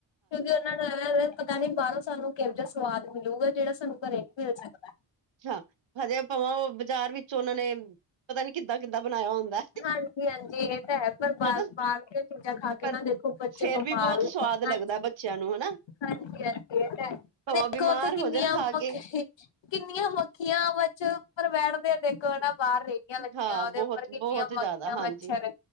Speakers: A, on the left; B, on the right.
A: ਕਿਉਂਕਿ ਉਹਨਾਂ ਨੂੰ ਐਂਵੇ ਕੇ ਪਤਾ ਨੀ ਬਾਹਰੋਂ ਸਾਨੂੰ ਕਿਹੋ ਜਿਹਾ ਸਵਾਦ ਮਿਲੇਗਾ? ਜਿਹੜਾ ਸਾਨੂੰ ਘਰੇ ਨੀ ਮਿਲ ਸਕਦਾ।
B: ਅੱਛਾ ਹਜੇ ਭਵਾਂ ਬਾਜ਼ਾਰ ਵਿੱਚ ਉਹਨਾਂ ਨੇ ਪਤਾ ਨੀ ਕਿੱਦਾ- ਕਿੱਦਾਂ ਬਣਾਇਆ ਹੁੰਦਾ।
A: ਹਾਂਜੀ, ਹਾਂਜੀ ਏਹ ਤਾਂ ਹੈ ਪਰ ਬ-ਬਾਹਰ
B: ਹਨਾ
A: ਦੀ ਚੀਜ਼ਾਂ ਖਾ ਕੇ
B: ਪਰ
A: ਨਾ ਦੇਖੋ ਬੱਚੇ
B: ਫੇਰ
A: ਬਿਮਾਰ
B: ਵੀ ਬਹੁਤ
A: ਹੋਣ,
B: ਸਵਾਦ ਲੱਗਦਾ
A: ਹਾਂਜੀ।
B: ਬੱਚਿਆਂ ਨੂੰ ਹਨਾ
A: ਹਾਂਜੀ, ਹਾਂਜੀ ਇਹ ਤਾਂ ਹੈ।
B: ਭਾਵਾਂ
A: ਦੇਖੋ
B: ਬਿਮਾਰ
A: ਉਥੇ ਕਿੰਨੀਆਂ
B: ਹੋ ਜਾਣ ਖਾ
A: ਮੱਖੀ
B: ਕੇ।
A: ਕਿੰਨੀਆਂ ਮੱਖੀਆਂ, ਮੱਛਰ ਉੱਪਰ ਬੈਠਦੇ ਆ ਦੇਖੋ ਨਾ ਬਾਹਰ ਰੇਹੜੀਆਂ ਲੱਗੀਆਂ
B: ਹਾਂ
A: ਉਹਦੇ
B: ਬਹੁਤ
A: ਉੱਪਰ ਕਿ
B: ਬਹੁਤ
A: ਮੱਖੀਆਂ,
B: ਜ਼ਿਆਦਾ ਹਾਂਜੀ
A: ਮੱਛਰ